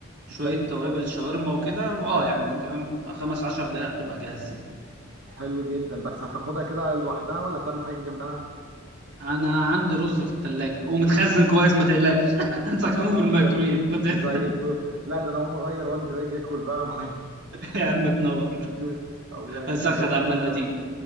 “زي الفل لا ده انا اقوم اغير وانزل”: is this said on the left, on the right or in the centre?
Right